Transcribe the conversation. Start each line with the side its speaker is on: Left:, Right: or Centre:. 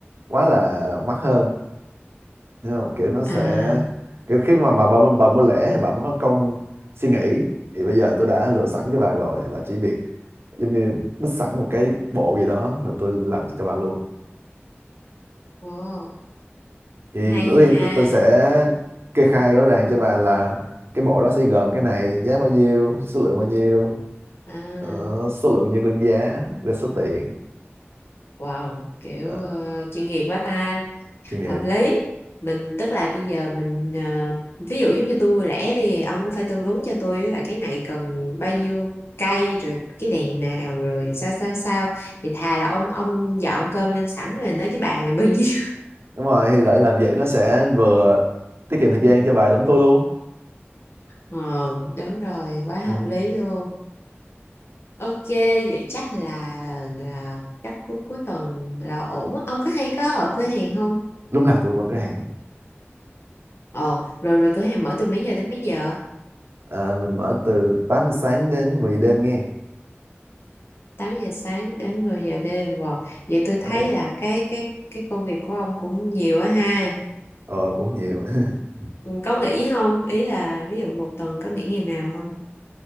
Right: quá là mắc hơn hiểu không kiểu nó sẽ
Left: à
Right: kiểu khi mà bà bà, bà mua lẻ thì bà mới có công suy nghĩ thì bây giờ tôi đã lựa sẵn cho bà rồi bà chỉ việc giống như bích sẵn một cái bộ gì đó rồi tôi làm cho bà luôn
Left: wow
Right: thì
Left: hay
Right: tất nhiên
Left: ha
Right: t- tôi sẽ kê khai rõ ràng cho bà là cái bộ đó sẽ gồm cái này giá bao nhiêu số lượng bao nhiêu
Left: À,
Right: ờ, số lượng nhân đơn giá rồi số tiền
Left: wow, kiểu
Right: đó,
Left: ờ, chuyên nghiệp quá ta,
Right: chuyên nghiệp
Left: hợp lý. Mình tức là bây giờ mình ờ, ví dụ giống như tôi mua lẻ đi, ông cũng phải tư vấn cho tôi là cái này cần bao nhiêu cây rồi cái đèn nào rồi sao sao sao. Thì thà là ông ông dọn cơm lên sẵn rồi nói cái bàn này bao nhiêu. <laughs>
Right: đúng rồi thì để làm vậy nó sẽ vừa tiết kiệm thời gian cho bà lẫn tôi luôn
Left: Ờ, đúng rồi, quá hợp
Right: ừ.
Left: lý luôn. Ok, vậy chắc là, là chắc cuối cuối tuần là ổn. á. Ông có hay có ở cửa hàng không?
Right: lúc nào tụi con có hẹn
Left: Ờ, rồi rồi cửa hàng mở từ mấy giờ đến mấy giờ?
Right: à, mình mở từ 8 giờ sáng đến 10 giờ đêm nghe
Left: tám giờ sáng đến mười giờ đêm wow. Vậy tôi thấy
Right: ok
Left: là cái cái cái công việc của ông cũng nhiều á ha
Right: ờ cũng nhiều <laughs>
Left: cũng có nghỉ không ý là ví dụ một tuần có nghỉ ngày nào không